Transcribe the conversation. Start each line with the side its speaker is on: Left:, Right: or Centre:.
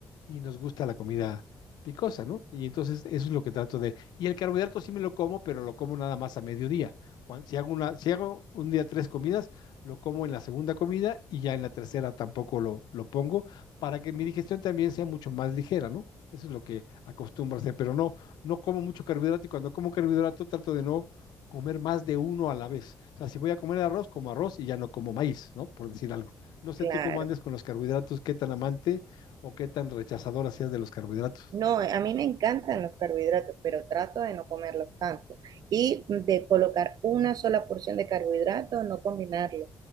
Left: y nos gusta la comida picosa, ¿no? Y entonces eso es lo que trato de... Y el carbohidrato sí me lo como, pero lo como nada más a mediodía. Cuan- si hago una, si hago un día tres comidas, lo como en la segunda comida y ya en la tercera tampoco lo, lo pongo para que mi digestión también sea mucho más ligera, ¿no? Eso es lo que acostumbro a hacer, pero no, no como mucho carbohidrato y cuando como carbohidrato trato de no comer más de uno a la vez. O sea, si voy a comer arroz, como arroz y ya no como maíz, ¿no? Por decir algo. No sé
Right: Claro.
Left: tú cómo andes con los carbohidratos, qué tan amante o qué tan rechazadora seas de los carbohidratos.
Right: No, a mí me encantan los carbohidratos, pero trato de no comerlos tanto y de colocar una sola porción de carbohidratos, no combinarlos,